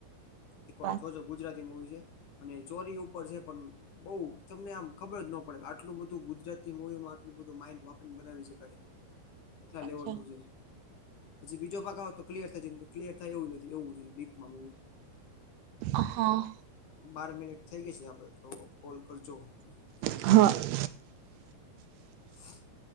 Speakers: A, on the left (about 65°); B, on the right (about 80°).
A: એક વાર
B: બાલ
A: જોજો ગુજરાતી મુવી છે, અને ચોરી ઉપર છે, પણ બઉ તમને આમ ખબર જ ન પડે આટલું બધું ગુજરાતી મુૂવી માં આટલું બધું માઇન્ડપંગ બનાવી શકાય એ કેટલા
B: અચ્છા
A: લેવલ નું છે પછી બીજો ભાગ આવે તો કલિયર થાય જેમ કે ક્લિયર થાય એવું નથી એવું છે, ડીપમાં મુવી
B: અહ
A: બાર મિનિટ થઈ ગઈ છે, આપડે તો કોલ કરજો બીજો
B: હ.
A: <inaudible>